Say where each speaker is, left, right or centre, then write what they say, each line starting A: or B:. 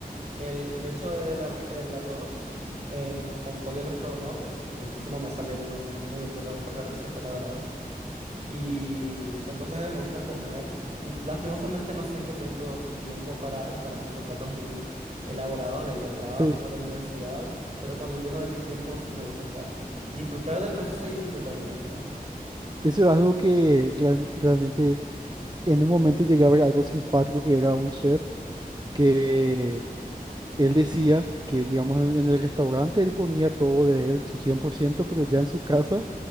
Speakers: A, on the right; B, on the right.
A: El, de hecho, el, ar- el arroz eh, con pollo al estrogonoff es riquísimo. Me sale uno muy rico. Tengo mi propia receta, la verdad. Y son cosas que me gusta comer. N- Lastimosamente no siempre tengo tiempo para estar haciendo platos muy elaborados debido al trabajo
B: Sí.
A: y a la universidad, pero cuando yo me doy mi tiempo sí me gusta estar, disfrutar del proceso y disfrutar mi comida.
B: Eso es algo que real- realmente en un momento llegué a ver algo simpático que era un chef que él decía que, digamos, en, en el restaurante él ponía todo de él, su cien por ciento pero ya en su casa